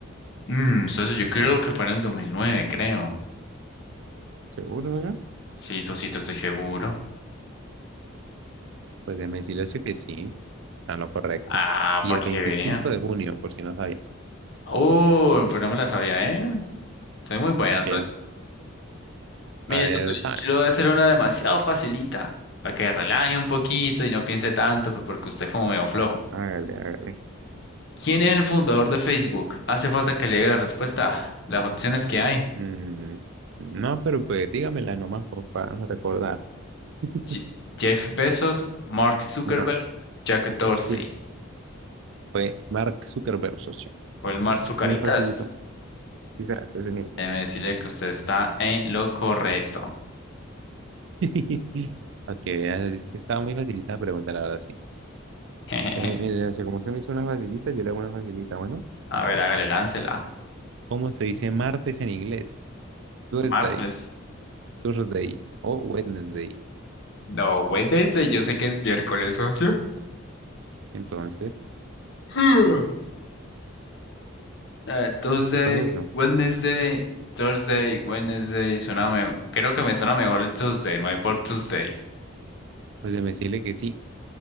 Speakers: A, on the left; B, on the right.
A: Mmm, socio, yo creo que fue en el 2009, creo.
B: ¿Seguro, verdad?
A: Sí, Sosito, estoy seguro.
B: Pues déjeme decirle eso que sí, está en lo correcto.
A: Ah,
B: Y
A: para
B: el
A: que
B: 25
A: vean.
B: de junio, por si no sabía.
A: Uh, pues no me la sabía, ¿eh? Soy muy bueno,
B: Aquí,
A: socio. Mire,
B: a ver,
A: socio,
B: ¿sabe?
A: yo le voy a hacer una demasiado facilita, para que relaje un poquito y no piense tanto, pues porque usted es como medio flojo.
B: Hágale, hágale.
A: ¿Quién es el fundador de Facebook? Hace falta que le diga la respuesta, las opciones que hay.
B: Mm, no, pero pues dígamela nomás pues, para recordar. <laughs>
A: Je- Jeff Bezos, Mark Zuckerberg,
B: No,
A: Jack Dorsey.
B: sí, fue Mark Zuckerberg, socio.
A: Fue el Mark Zucaritas.
B: Muy facilito. Quizás ese mismo.
A: Déjeme decirle que usted está en lo correcto.
B: <laughs> Ok, ya, es que estaba muy facilita la pregunta, la verdad, sí.
A: <laughs>
B: Eh, Mire, socio, como usted me hizo una facilita, yo le hago una facilita. Bueno,
A: A ver, hágale, láncela.
B: ¿cómo se dice martes en inglés? Tuesday,
A: Martes.
B: Thursday o Wednesday.
A: No, Wednesday, yo sé que es miércoles, socio.
B: Entonces,
A: <laughs> <sighs> Eh, Tuesday,
B: ¿qué pasó, socio?
A: Wednesday, Thursday, Wednesday, suena mejor. Creo que me suena mejor el Tuesday, me voy por Tuesday.
B: Pues déjeme decirle que sí,